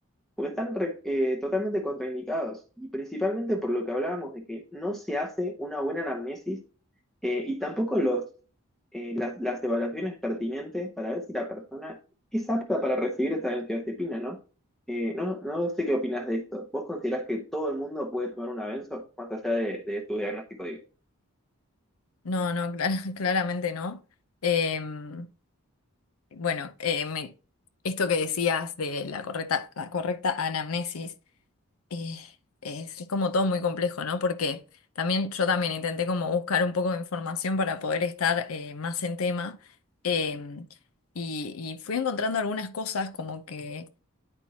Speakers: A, in the centre; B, on the left (about 75°).
A: porque están re- eh, totalmente contraindicados y principalmente por lo que hablábamos de que no se hace una buena anamnesis eh, y tampoco los, eh, las, las evaluaciones pertinentes para ver si la persona es apta para recibir esa benzodiazepina, ¿no? Eh, no, no sé qué opinas de esto. ¿Vos considerás que todo el mundo puede tomar una benzo más allá de, de tu diagnóstico, digo?
B: No, no, clara- <laughs> claramente no. Em, bueno, eh, me- esto que decías de la correcta, la correcta anamnesis eh, es, es como todo muy complejo, ¿no? Porque también yo también intenté como buscar un poco de información para poder estar eh, más en tema em, y, y fui encontrando algunas cosas como que